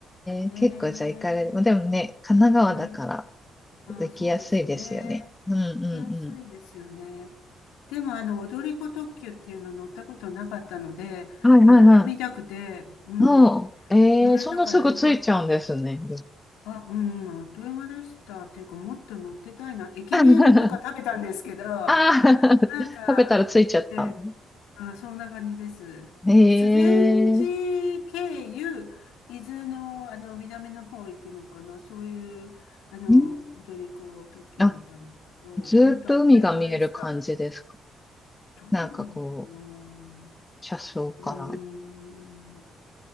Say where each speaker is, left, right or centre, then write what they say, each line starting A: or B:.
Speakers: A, on the left (about 80°); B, on the left (about 20°).
A: ね
B: え、結構じゃあ行かれる。まあでもね、
A: え。
B: 神奈川だから
A: うんああ、
B: 行きやすいですよね。
A: そうですね。
B: うんう
A: 来やすいですよね。
B: んう
A: でも、あの、踊り子特急っていうの乗ったことなかったので、
B: ん。はいはいは
A: 乗ってみたくて、うん、
B: い。おう、ええそんなすぐついちゃうんですね。
A: 乗れたからよかった。あ、うん、あっという間でした。っていうか、もっと乗ってたいな。駅弁とか食べたんですけど、
B: <laughs> あ
A: な
B: あ
A: んか、
B: 食べたらついちゃった。
A: ええあ、そんな感じです。うん、
B: ええ
A: 修善寺経由、伊豆の、あの南の方行くのかな、そういうあの踊り子特急だったんですけど、
B: うん。あ、ずーっと海が見える感じですか。
A: 本当あっという間でした。どうなのかな。
B: なんかこう、車窓から。
A: うーん、ど